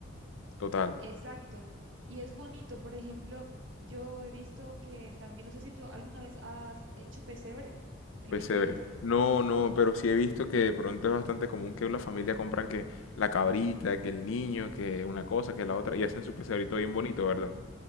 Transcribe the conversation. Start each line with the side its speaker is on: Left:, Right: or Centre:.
Left: Total.
Right: Exacto. Y es bonito. Por ejemplo, yo he visto que también, no sé si tú alguna vez has hecho pesebre, el
Left: Pues
Right: viviente.
Left: chévere. No, no, pero sí he visto que de pronto es bastante común que la familia compran que la cabrita, que el niño, que una cosa, que la otra, y hacen su pesebrito bien
Right: Sí.
Left: bonito, ¿verdad?